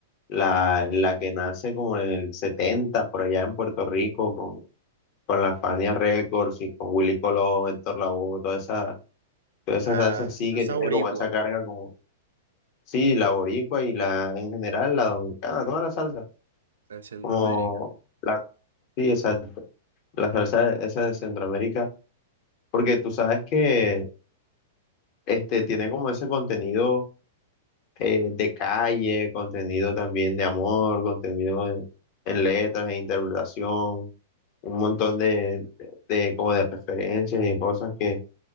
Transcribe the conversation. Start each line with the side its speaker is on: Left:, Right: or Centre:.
Left: la, la que nace como en el 70 por allá en Puerto Rico, con, con la Fania Records y con Willy Colón, Héctor Lavoe, toda esa Toda esa
Right: ah,
Left: salsa sí
Right: salsa
Left: que tiene
Right: boricua,
Left: como esa carga como, sí, la boricua y la, en general, la dominicana, toda la salsa,
Right: en Centroamérica.
Left: como la, sí, exacto, la salsa de- esa de Centroamérica, porque tú sabes que este, tiene como ese contenido eh, de calle, contenido también de amor, contenido en, en letras, en interpretación, un montón de, de, como de referencias y de cosas que